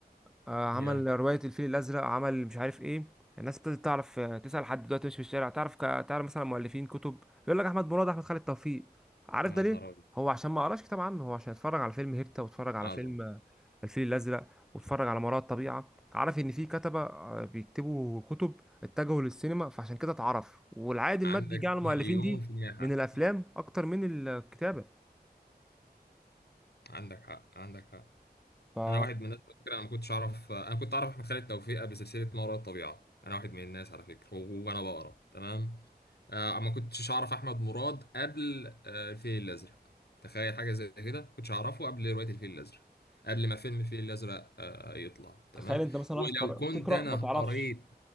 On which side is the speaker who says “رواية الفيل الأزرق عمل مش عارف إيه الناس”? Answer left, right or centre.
Centre